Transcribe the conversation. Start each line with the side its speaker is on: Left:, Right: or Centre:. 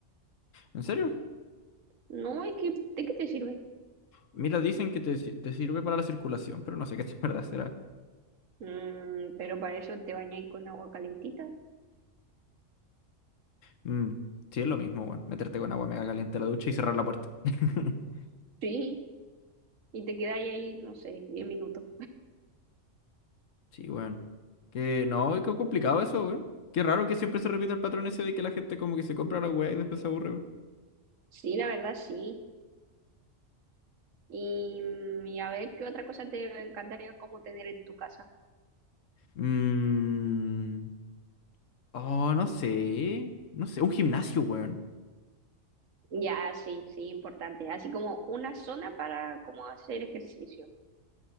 Left: ¿En serio?
Right: No, es que, ¿de qué te sirve?
Left: Mira, dicen que te, si- te sirve para la circulación, pero no sé qué <laughs> es verdad será.
Right: Mm, pero para eso te bañáis con agua calentita.
Left: Mm, sí, es lo mismo, weón. Meterte con agua mega caliente a la ducha y cerrar la puerta. <laughs>
Right: Sí, y te quedáis ahí, no sé, diez minutos.
Left: Sí, weón. Que no, qué complicado eso, weón. Qué raro que siempre se repite el patrón ese de que la gente como que se compra la weá y después se aburre, weón.
Right: Sí, la verdad, sí. Y, mm, y a ver, ¿qué otra cosa te encantaría como tener en tu casa?
Left: Mm, oh, no sé. No sé, un gimnasio, weón.
Right: Ya, sí, sí, importante. Así como una zona para como hacer ejercicio.